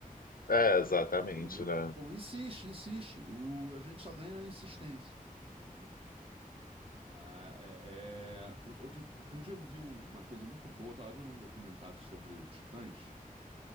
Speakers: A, on the left; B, on the right.
A: é exatamente,
B: Entendeu?
A: né?
B: Falou, insiste, insiste. O, a gente só ganha na insistência. Entendeu? Ah, é, é- Outro, outro dia eu vi um- uma coisa muito boa, eu tava vendo um documentário sobre o Titãs.